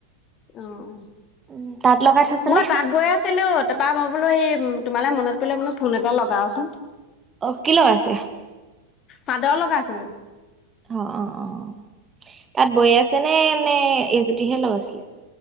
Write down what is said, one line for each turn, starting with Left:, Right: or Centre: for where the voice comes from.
Left: অহ।
Right: উম, তাঁত লগাই থৈছে
Left: মই
Right: নে?
Left: তাঁত বৈ আছিলোঁ, তাপা মই বোলো হেই তোমালে মনত পৰিলে বোলো ফোন এটা লগাওচোন।
Right: অ' কি লগাইছে।
Left: চাদৰ লগাইছিলো।
Right: অ, অ, অ' তাত বৈ আছে নে নে এই জোতিহে লগাইছে।